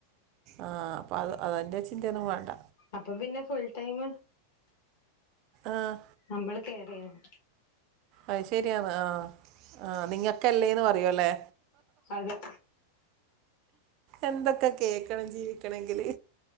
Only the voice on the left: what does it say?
അപ്പം പിന്നെ ഫുൾ ടൈം.
നമ്മള് കേയറെയ്യണം.
അതെ